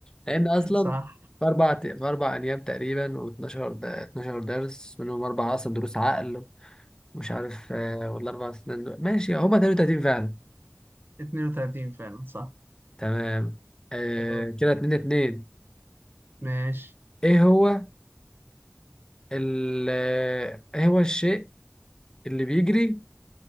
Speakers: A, on the left (about 15°); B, on the right (about 55°).
A: لان اصلا
B: صح
A: في اربع في اربع ايام تقريبا و12 ده 12 درس منهم اربعه اصلا دروس عقل ومش عارف آه، ولا اربع سنين دول ماشي هما 32 فعلا
B: 32 فعلا صح
A: تمام آه
B: ده دور
A: كده 2 2
B: ماشي
A: ايه هو ال آه، ايه هو الشيء اللي بيجري